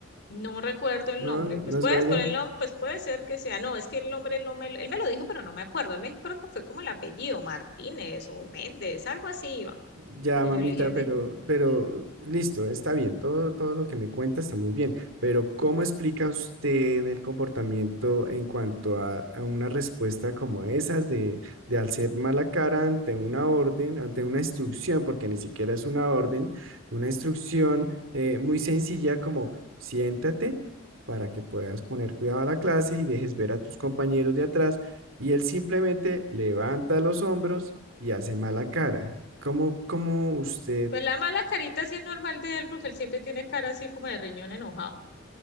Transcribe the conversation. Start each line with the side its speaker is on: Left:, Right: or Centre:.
Left: No recuerdo el
Right: No,
Left: nombre.
Right: no
Left: Pues
Right: es
Left: puedes,
Right: Brian.
Left: con el nombre, pues puede ser que sea. No, es que el nombre él no me, él me lo dijo, pero no me acuerdo. Él me creo que fue como el apellido, Martínez o Méndez, algo así iba.
Right: Ya,
Left: Y
Right: mamita,
Left: yo le dije, de-
Right: pero, pero listo, está bien, todo, todo lo que me cuenta está muy bien, pero ¿cómo explica usted el comportamiento en cuanto a, a una respuesta como esas de, de hacer mala cara ante una orden, ante una instrucción, porque ni siquiera es una orden, una instrucción eh, muy sencilla como siéntate para que puedas poner cuidado a la clase y dejes ver a tus compañeros de atrás, y él simplemente levanta los hombros y hace mala cara. ¿Cómo, cómo usted...
Left: Pues la mala carita sí es normal de él porque él siempre tiene cara así como de riñón enojado.